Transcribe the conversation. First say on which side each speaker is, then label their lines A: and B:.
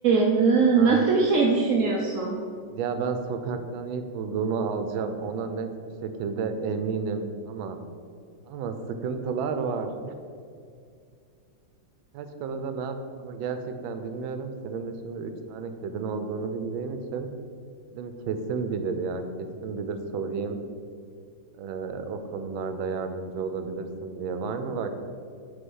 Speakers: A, on the right (about 65°); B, on the right (about 80°).
A: Hmm,
B: Aha.
A: nasıl bir şey düşünüyorsun?
B: Ya ben sokaktan ilk bulduğumu alacağım. Ona net bir şekilde eminim ama ama sıkıntılar var. Birkaç konuda ne yapacağımı gerçekten bilmiyorum. Senin de şimdi üç tane kedin olduğunu bildiğim için dedim kesin bilir ya, kesin bilir sorayım. Ee, o konularda yardımcı olabilirsin diye. Var mı vaktin?